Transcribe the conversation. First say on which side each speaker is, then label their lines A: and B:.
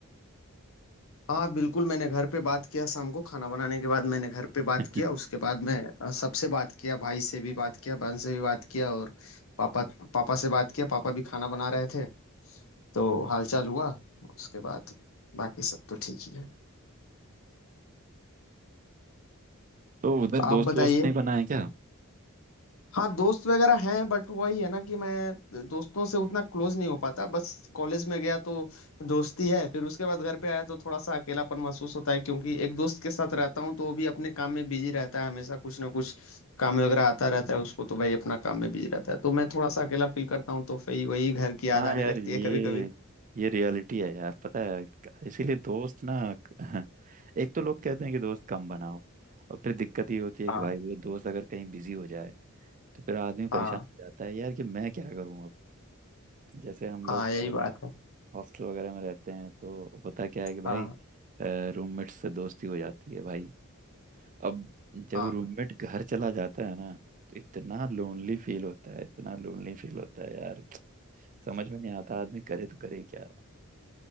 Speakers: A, on the left (about 70°); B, on the right (about 35°).
A: हाँ बिल्कुल मैंने घर पे बात किया शाम को खाना बनाने के बाद मैंने घर पे
B: <laughs>
A: बात किया उसके बाद मैं अ, सबसे बात किया भाई से भी बात किया बहन से भी बात किया और पापा पापा से बात किया पापा भी खाना बना रहे थे तो हालचाल हुआ उसके बाद बाकी सब तो ठीक ही है
B: तो उधर
A: आप
B: दोस्त
A: बताइए
B: दोस्त नहीं बनाए क्या
A: हाँ दोस्त वगैरह हैं बट वही है ना कि मैं दोस्तों से उतना क्लोज नहीं हो पाता बस कॉलेज में गया तो दोस्ती है फिर उसके बाद घर पे आया तो थोड़ा सा अकेलापन महसूस होता है क्योंकि एक दोस्त के साथ रहता हूँ तो वो भी अपने काम में बिजी रहता है हमेशा कुछ ना कुछ काम वगैरह आता रहता है उसको तो भाई अपना काम में बिजी रहता है तो मैं थोड़ा सा अकेला फील करता हूँ तो फिर वही घर की याद
B: हाँ
A: आने
B: यार
A: लगती
B: ये
A: है कभी कभी
B: ये रियलिटी है यार पता है इसीलिए दोस्त ना <laughs> एक तो लोग कहते हैं कि दोस्त कम बनाओ और फिर दिक्कत ये होती है
A: हाँ
B: कि भाई वो दोस्त अगर कहीं बिजी हो जाए तो फिर आदमी परेशान
A: हाँ
B: हो जाता है यार कि मैं क्या करूं अब जैसे हम लोग
A: हाँ यही बात है
B: हॉस्टल वगैरह में रहते हैं तो होता क्या है कि भाई
A: हाँ
B: रूममेट से दोस्ती हो जाती है भाई अब जब
A: हाँ
B: रूममेट घर चला जाता है ना तो इतना लोनली फील होता है इतना लोनली फील होता है यार समझ में नहीं आता आदमी करे तो करे क्या